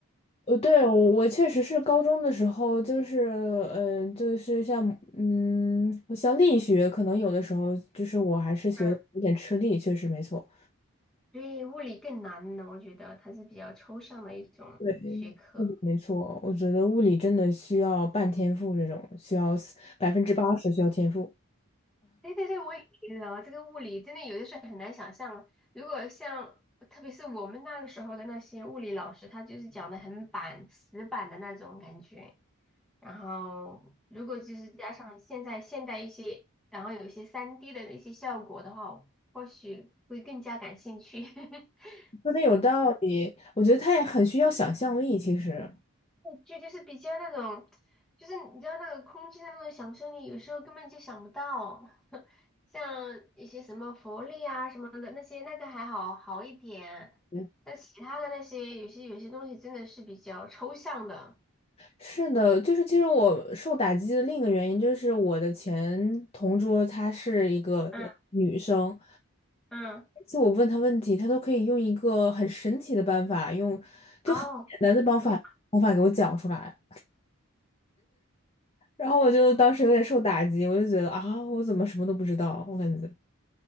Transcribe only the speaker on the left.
呃，对，我我确实是高中的时候，就是呃，就是像嗯，像力学，可能有的时候就是我还是学得有点吃力，
确实没错。
对，物理没错，我觉得物理真的需要半天赋，这种需要百分之八十需要天赋，
说的有道理。我觉得他也很需要想象力，其实。
对，
是的，就是其实我受打击的另一个原因就是我的前同桌她是一个呃女生。
就我问他问题，他都可以用一个很神奇的办法，用就很简单的方法方法给我讲出来。
然后我就当时有点受打击，我就觉得啊，我怎么什么都不知道？我感觉，